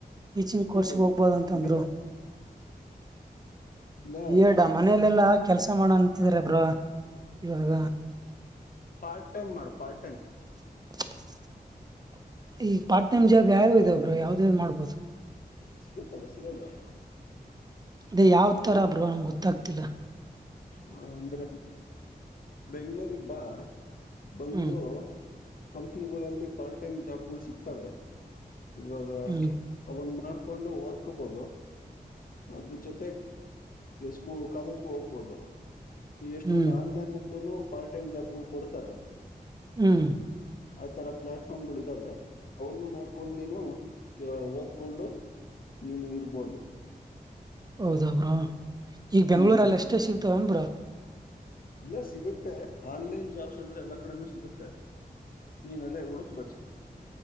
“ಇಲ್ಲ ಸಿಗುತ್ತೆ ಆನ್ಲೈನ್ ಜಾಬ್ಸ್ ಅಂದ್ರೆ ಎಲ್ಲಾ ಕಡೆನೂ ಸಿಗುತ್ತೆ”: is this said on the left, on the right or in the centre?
Left